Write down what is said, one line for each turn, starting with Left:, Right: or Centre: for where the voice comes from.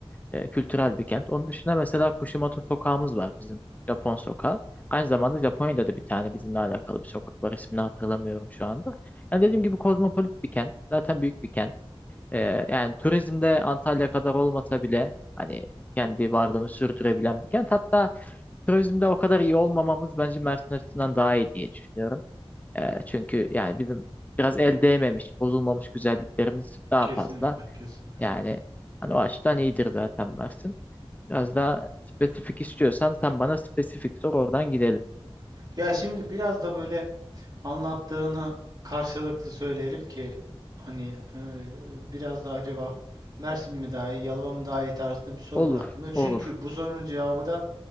Left: E, kültürel bir kent. Onun dışında mesela Kushimoto sokağımız var bizim Japon sokağı. Aynı zamanda Japonya'da da bir tane bizimle alakalı bir sokak var. İsmini hatırlamıyorum şu anda. Yani dediğim gibi kozmopolit bir kent. Zaten büyük bir kent. E, yani turizmde Antalya kadar olmasa bile hani kendi varlığını sürdürebilen bir kent. Hatta turizmde o kadar iyi olmamamız bence Mersin açısından daha iyi diye düşünüyorum. E, çünkü yani bizim biraz el değmemiş, bozulmamış güzelliklerimiz daha
Right: Kesinlikle,
Left: fazla.
Right: kesinlikle.
Left: Yani hani o açıdan iyidir zaten Mersin. Biraz daha spesifik istiyorsan sen bana spesifik sor oradan gidelim.
Right: Ya şimdi biraz da böyle anlattığını karşılıklı söyleyelim ki hani eee, biraz da acaba Mersin mi daha iyi, Yalova mı daha iyi tarzında bir soru
Left: Olur,
Right: var aklımda. Çünkü
Left: olur.
Right: bu sorunun cevabı da